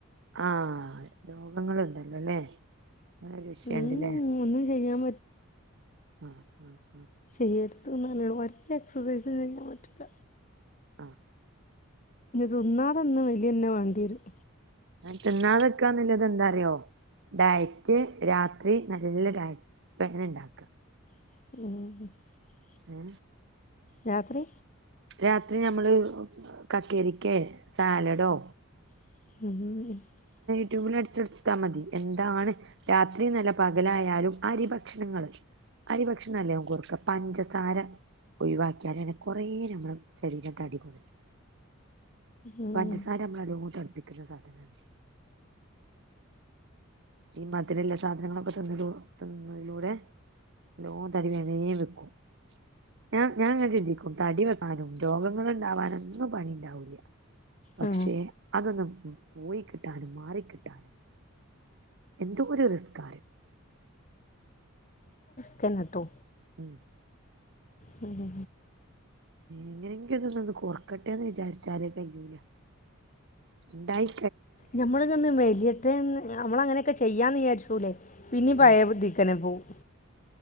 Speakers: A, on the right (about 60°); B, on the left (about 35°).
A: ആ രോഗങ്ങളുണ്ടല്ലോ അല്ലെ അങ്ങനൊരു വിഷയം
B: ഉം,
A: ഉണ്ടല്ലേ
B: ഒന്നും ചെയ്യാൻ
A: <unintelligible>
B: ചെയ്യര്ത് <unintelligible> ച്ച് എക്സസൈസും ചെയ്യാൻ പറ്റൂല
A: ആഹ്
B: തുന്നാതന്നെ മെലിന്നെ വേണം എരും
A: ത് ന്നാതെക്കാ ന്ന്ള്ളദേന്താറിയോ ഡയറ്റ് രാത്രി നല്ല ഡയറ്റ് പ്ലാൻ ണ്ടാക്കാ
B: <unintelligible>
A: ഏ
B: രാത്രി
A: രാത്രി ഞമ്മള് കക്കരിക്കെ സാലഡോ
B: <unintelligible>
A: യൂട്യൂബില് അടിച്ച് കൊട്ത്താ മതി എന്താണ് രാത്രിനല്ല പകലായാലും അരി ഭക്ഷണങ്ങള് അരിഭക്ഷനല്ലേ ഞമ്മക്ക് കൊറയ്ക്ക പഞ്ചസാര ഒഴിവാക്കിയലന്നേ കൊറേ ഞമ്മ <unintelligible> ശരീരം തടി കൊറയും
B: ഉം,
A: പഞ്ചാസാര നമ്മളെ നല്ലോണം തടിപ്പി ക്കുന്ന സാധനാണ് ഈ മധ് രള്ള സാധനങ്ങളൊക്കെ ത് ന്ന്ന ത് ന്ന്ന്നതിലൂടെ നല്ലോം തടി വേം വേം വെക്കും ഞാം ഞാന്ങ്ങനെ ചിന്തിക്കും തടി വെക്കാനും രോഗങ്ങള് ണ്ടാവാനും ഒന്നും പണിണ്ടാവൂല പക്ഷെ
B: ആ,
A: അതൊന്നും പോയിക്കിട്ടാനും മാറികിട്ടാനും എന്തോര് റിസ്കാറിയോ
B: ക്കേന്നട്ടോ
A: മ്
B: മ്
A: എങ്ങനെങ്കിലും തൊന്ന് കൊർക്കട്ടെ വിചാരിച്ചാൽ കയൂല ണ്ടായി
B: ഞമ്മള് തൊന്ന് മെലിയട്ടേന്ന് ഞമ്മളങ്ങനക്കെ ചെയ്യാന്ന് വിചാരിച്ചൂലെ പിന്നീം പയേ
A: ആഹ്
B: ബുദ്ധിക്കന്നെ പോവും